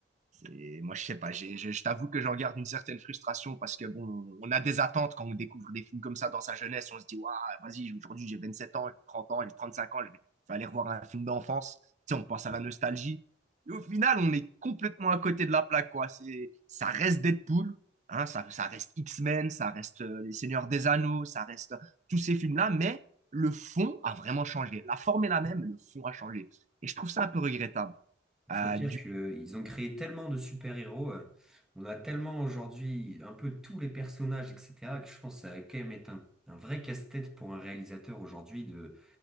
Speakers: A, on the right; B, in the centre.
A: Et moi, je sais pas, j'ai- je, je t'avoue que j'en garde une certaine frustration parce que, bon, on a des attentes quand on découvre des films comme ça dans sa jeunesse. On se dit, waouh, vas-y, aujourd'hui, j'ai 27 ans, j'ai 30 ans, j'ai 35 ans, je vais, je vais aller revoir un film d'enfance. Tu sais, on pense à la nostalgie. Et au final, on est complètement à côté de la plaque, quoi. C'est, ça reste Deadpool, hein, ça, ça reste X-Men, ça reste euh, Les Seigneurs des Anneaux, ça reste euh, tous ces films-là, mais le fond a vraiment changé. La forme est la même, mais le fond a changé. Et je trouve ça un peu regrettable.
B: faut
A: Euh,
B: dire
A: du
B: que euh, ils ont créé tellement de super-héros. euh, on a tellement aujourd'hui un peu tous les personnages, etc., que je pense que ça va quand même être un, un vrai casse-tête pour un réalisateur aujourd'hui de,